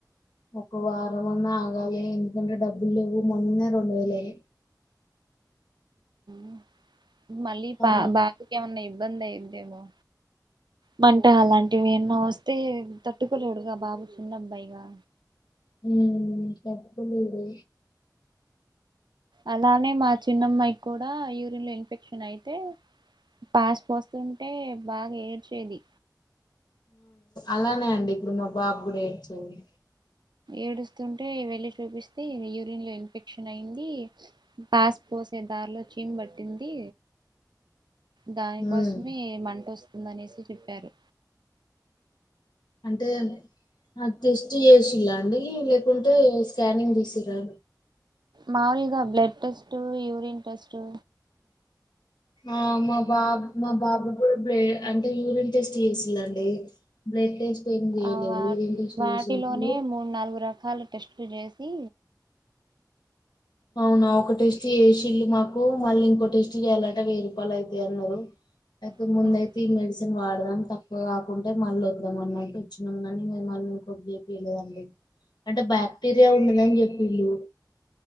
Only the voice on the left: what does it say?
ఒక వారం అన్నా ఆగాలి ఎందుకంటే డబ్బులు లేవు మొన్ననే రెండు వేలు అయినాయి.
ఆ
మ్ తట్టుకోలేడు.
అలానే అండి ఇప్పుడు మా బాబు కూడా ఏడ్చేది.
ఉమ్
అంటే ఆ టెస్ట్ చేసిలా అండి లేకుంటే స్కానింగ్ తీసిరా?
ఆ మా బాబ మా బాబు కూడా బ్లే అంటే యూరిన్ టెస్ట్ చేసిందండి. బ్లడ్ టెస్ట్ ఏమి చేయలేదు.
యూరిన్ టెస్టు
చేసారు.
అవునా ఒకటె శేషీల్లు మాకు మళ్ళీ ఇంకో టెస్ట్ చేయాలంటే వెయ్యి రూపాయలు అయితయన్నారు అయితే
ముందయితే ఫ్రీ మెడిసిన్ వాడదాం తక్కువ కాకుంటే మళ్ళీ వద్దాం అన్నట్టు వచ్చినాం కానీ మేం మళ్ళ ఇంకొట్ చేపియలేదండి అంటే బాక్టీరియా ఉండదని చెప్పిళ్లు